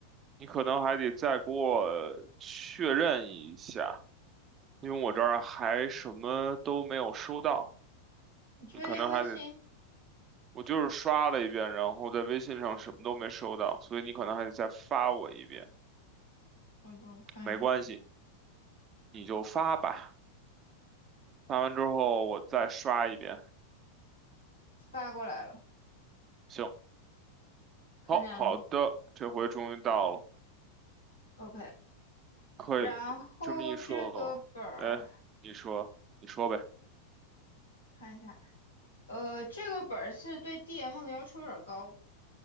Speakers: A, on the right; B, on the left.
A: 你可能还得再给我确认一下，因为我这儿还什么都没有收到。
B: 你确定微信？
A: 你可能还得，我就是刷了一遍，然后在微信上什么都没收到，所以你可能还得再发我一遍。
B: 我都看一眼，
A: 没关系，你就发吧。看完之后我再刷一遍。
B: 发过来了，
A: 行，
B: 看见了吗
A: 好好的，这回终于到了，
B: ？OK。
A: 可以这么一说，
B: 然后这个本儿
A: 哎，你说，你说呗。
B: 看一下，呃，这个本儿是对 DM 的要求有点高。